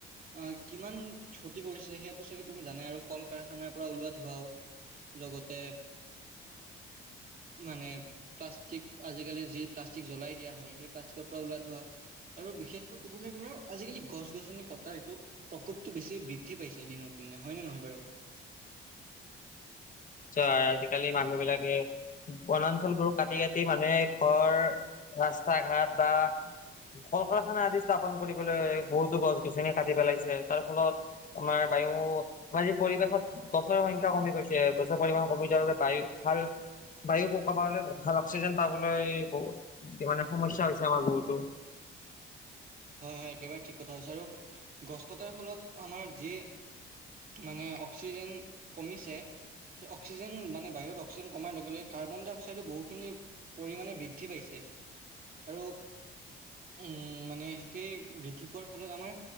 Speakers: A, on the right; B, on the left.
A: অ কিমান ক্ষতি কৰিছে সেইয়টো চাগে। তুমি জানাই আৰু কল কাৰখানাৰ পৰা ওলোৱা ধোৱাও লগতে মানে প্লাষ্টিক আজিকালি যি প্লাষ্টিক জ্বলাই দিয়া হয় সেই প্লাষ্টিকৰ পৰা ল। আৰু বিশেষকৈ ক'বলৈ গ'লে আজিকালি গছ গছনি কটা এইটো প্ৰকোপতটো বেছি। বৃদ্ধি পাইছে দিনক দিনে হয়নে নহয় বাৰু
B: ত আজিকালি মানুহ বিলাকে বনাঞ্চল বোৰ কাটি কাটি মানে ঘৰ ৰাস্তা ঘাট বা কলকাৰখানা আদি স্থাপন কৰিবলৈ বহুতো গছ গছনি কাটি পেলাইছে তাৰ ফলত আমাৰ। আৰু আজি পৰিৱেশত গছৰে সংখ্যা কমি গৈছে। গছৰ পৰিমাণ কমি যোৱাৰ বাবে <unintelligible> ভাল বায়ু, <unintelligible> ভাল অক্সিজেন পাবলৈ বহুত সমস্যা হৈছে আমাৰ বহুতো।
A: <inaudible> হয়, হয়, একেবাৰে ঠিক কথা কৈছা আৰু গছ কটাৰ ফলত আমাৰ যি মানে অক্সিজেন কমিছে, সেই অক্সিজেন মানে বাহিৰত অক্সিজেন কমাৰ লগে লগে কাৰ্বনডাই-অক্সাইডো বহুখিনি পৰিমাণে বৃদ্ধি পাইছে আৰু। উম, মানে সেই বৃদ্ধি পোৱাৰ ফলত আমাৰ